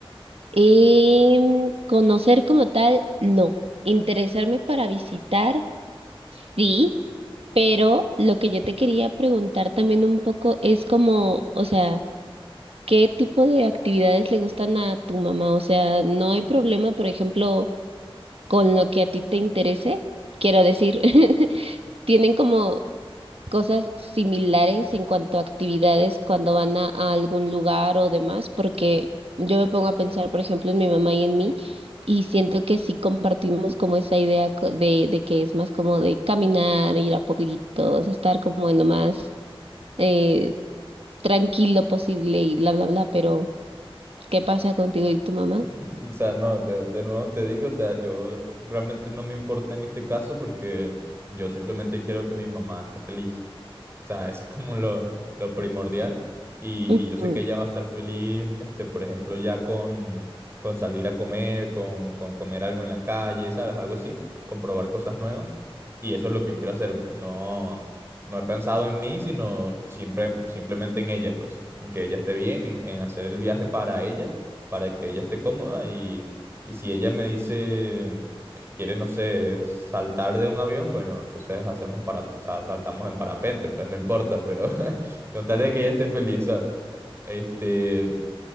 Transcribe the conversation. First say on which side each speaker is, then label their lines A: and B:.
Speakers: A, on the right; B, on the right.
A: Y mm, conocer como tal, no. Interesarme para visitar, sí, pero lo que yo te quería preguntar también un poco es como, o sea, ¿qué tipo de actividades le gustan a tu mamá? O sea, ¿no hay problema, por ejemplo, con lo que a ti te interese? Quiero decir, <laughs> ¿tienen como cosas similares en cuanto a actividades cuando van a, a algún lugar o demás, porque yo me pongo a pensar, por ejemplo, en mi mamá y en mí, y siento que sí compartimos como esa idea co- de, de que es más como de caminar, ir a pueblitos, estar como en lo más eh, tranquilo posible y bla, bla, bla, pero ¿qué pasa contigo y tu mamá?
B: <laughs> O sea, no, te- de nuevo te digo, o sea, yo realmente no me importa en este caso porque yo simplemente quiero que mi mamá esté feliz. O sea, eso es como lo, lo primordial. Y,
A: Ujú.
B: y yo sé que ella va a estar feliz, este, por ejemplo, ya con, con salir a comer, con, con comer algo en la calle, ¿sabes? Algo así, con probar cosas nuevas. Y eso es lo que quiero hacer, pues no, no he pensado en mí, sino siempre, simplemente en ella, pues, en que ella esté bien, en, en hacer el viaje para ella, para que ella esté cómoda. Y, y si ella me dice quiere, no sé, saltar de un avión, bueno, entonces hacemos para, o sea, saltamos en parapente, pues no importa, pero <laughs> con tal de que ella esté feliz, ¿sabes? Este,